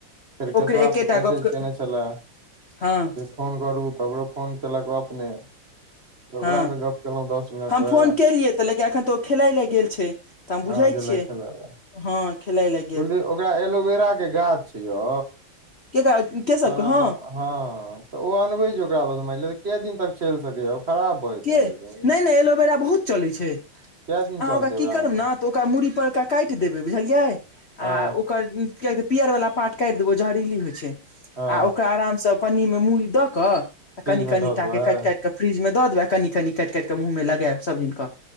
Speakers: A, on the right (about 30°); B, on the left (about 45°).
A: फर
B: ओकरे
A: कसो
B: एकेटा
A: मैसेज
B: गप
A: केने छलला
B: हँ
A: फोन करू तकरो फोन केलक अपने तऽ ओकरा
B: हँ
A: से गप केलहुं दस मिनट
B: हम
A: वएह
B: फोन केलियै तऽ लेकिन एखन तऽ ओ खेलय लए गेल छै तऽ हम बुझै
A: ह ग
B: छियै
A: ल छल लै
B: हँ खेलइ लागि
A: कुलदीप ओकरा एलोवेरा के गाछ छै यौ
B: के के
A: सारा
B: सबके हँ
A: बा हँ तऽ ओ अनबे छै ओकरा ब मान ले के दिन तक चलि सकै या ओ खराब भऽ जेतै
B: के
A: ने लेकिन
B: नहि नहि एलोवेरा बहुत चलै छै अहाँ
A: कए दिन चलतै
B: ओकरा की करू
A: अनबै
B: ने तऽ ओकरा मूड़ी परक काइट देबै बुझलियै आ
A: हँ
B: ओकर कआतै पीियर वला पारट काटि देबौ जहरीली होइ छै आ
A: हँ
B: ओकरा आरामसँ पन्नी में मूरी दऽ कऽ
A: फ्रिज
B: कनि
A: मे
B: कनिटा
A: धऽ देबै
B: के काइट काइट के फ्रिजमे दऽ देबै कनि कटि काटि कऽ मुँहमेगायब सभदिन कऽ